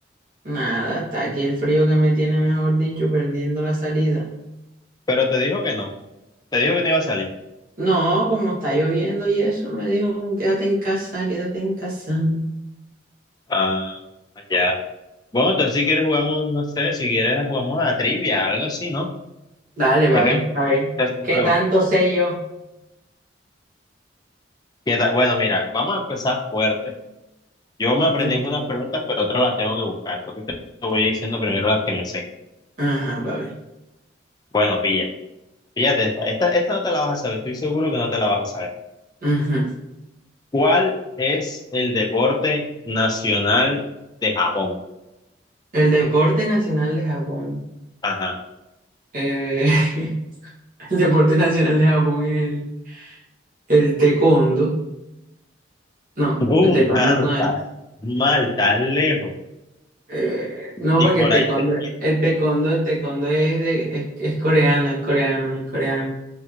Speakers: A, on the right; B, on the left.
A: Nada, está aquí el frío que me tiene, mejor dicho, perdiendo la salida.
B: Pero te dijo que no, te dijo que no iba a salir.
A: No, como está lloviendo y eso, me dijo, quédate en casa, quédate en casa.
B: Ah, ya. Bueno, entonces si quieres jugamos, no sé, si quieres jugamos a la trivia, algo así, ¿no?
A: Dale, papi,
B: Es que me
A: papi.
B: gusta ese
A: ¿Qué
B: juego.
A: tanto sé yo?
B: ¿Qué tal? Bueno, mira, vamos a empezar fuerte. Yo me aprendí
A: Ujú.
B: algunas preguntas, pero otras las tengo que buscar. Entonces te te voy diciendo primero las que me sé.
A: Ajá, papi.
B: Bueno, pilla. Fíjate, esta, esta, esta no te la vas a saber. Estoy seguro que no te la vas a saber.
A: Ujú.
B: ¿Cuál es el deporte nacional de Japón?
A: El deporte nacional de Japón.
B: Ajá.
A: Eh, <laughs> el deporte nacional de Japón es el, el taekwondo. No,
B: Uh,
A: el taekwondo
B: mano,
A: no
B: estás
A: es.
B: mal, tan lejos.
A: Eh, no,
B: Ni
A: porque
B: por
A: el taekwondo,
B: ahí te empieza.
A: el taekwondo, el taekwondo es, de, es, es coreano, es coreano, es coreano.